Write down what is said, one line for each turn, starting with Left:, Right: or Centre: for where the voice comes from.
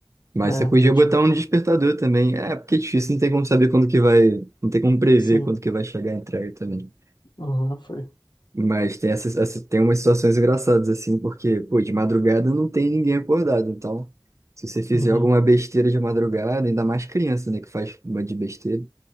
Right: Mas
Left: É,
Right: você podia
Left: eu tive...
Right: botar um despertador também. É, porque é difícil, não tem como saber quando que vai. Não tem como prever
Left: Sim,
Right: quando que vai chegar a entrega também.
Left: aham, foi.
Right: Mas tem essas, essa- tem umas situações engraçadas, assim, porque, pô, de madrugada não tem ninguém acordado. Então, se você fizer
Left: Uhum,
Right: alguma besteira de madrugada, ainda mais criança, né, que faz uma de besteira,